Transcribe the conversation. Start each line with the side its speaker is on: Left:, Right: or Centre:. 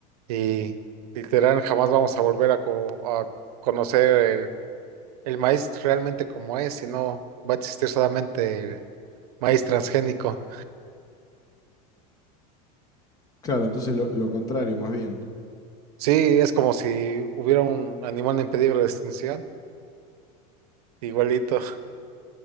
Right: y literal jamás vamos a volver a, co- a conocer el, el maíz realmente como es, sino va a existir solamente el maíz transgénico.
Left: Claro, entonces lo, lo contrario, más bien.
Right: Sí, es como si hubiera un animal en peligro de extinción, igualito.